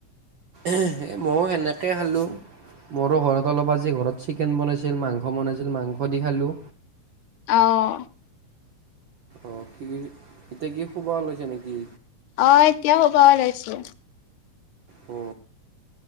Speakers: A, on the right; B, on the left.
A: এ মো সেনেকে খালোঁ মোৰো ঘৰত অলপ আজি ঘৰত চিকেন বনাইছিল মাংস বনাইছিল মাংস দি খালো
B: অহ
A: অ কি কি এতিয়া কি খুবা ওলৈছা নিকি
B: অহ এতিয়া হোবা ওলাইছো
A: অ